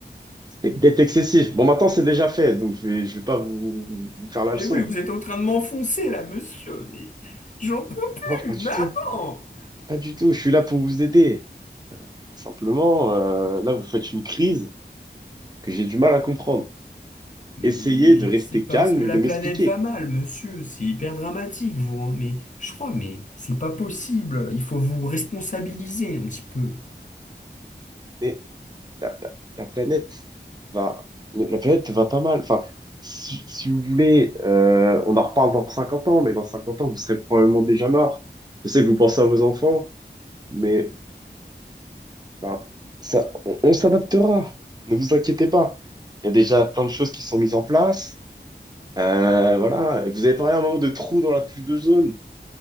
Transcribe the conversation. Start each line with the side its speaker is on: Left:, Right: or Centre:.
Right: c'est peut-être excessif. Bon, maintenant, c'est déjà fait, donc je vais, je vais pas vous, vous faire la
Left: Mais
Right: leçon.
Left: oui, vous êtes en train de m'enfoncer là, monsieur, mais j'en peux
Right: Non, pas
Left: plus, maman!
Right: du tout, pas du tout. Je suis là pour vous aider. Simplement, euh, là, vous faites une crise que j'ai du mal à comprendre.
Left: Mais
Right: Essayez de rester
Left: c'est parce
Right: calme
Left: que la
Right: et de
Left: planète
Right: m'expliquer.
Left: va mal, monsieur. C'est hyper dramatique, vous. hein. Mais je crois, mais c'est pas possible. Il faut vous responsabiliser un petit peu.
Right: Mais la, la- la planète va, la planète va pas mal. Enfin, si, si vous voulez, euh, on en reparle dans 50 ans, mais dans 50 ans, vous serez probablement déjà mort. Je sais que vous pensez à vos enfants, mais enfin, ça, on, on s'adaptera. Ne vous inquiétez pas. Il y a déjà plein de choses qui sont mises en place. Euh, voilà. Et Vous avez parlé à un moment de trous dans la couche d'ozone.